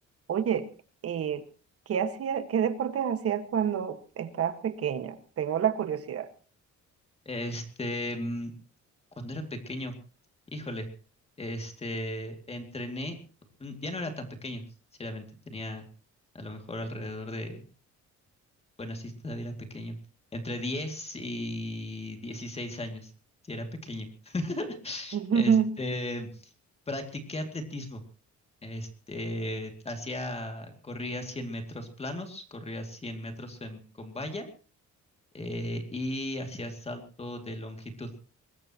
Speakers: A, on the right; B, on the left.
A: Oye, eh, ¿qué hacía, qué deportes hacías cuando estabas pequeño? Tengo la curiosidad.
B: Este, mm, cuando era pequeño, híjole, este, entrené, mm, ya no era tan pequeño, sinceramente, tenía a lo mejor alrededor de, bueno, sí, todavía era pequeño, entre 10 y 16 años, sí era pequeño. <laughs>
A: <laughs>
B: Este, practiqué atletismo, este, hacía, corría 100 metros planos, corría 100 metros en- con valla eh, y hacía salto de longitud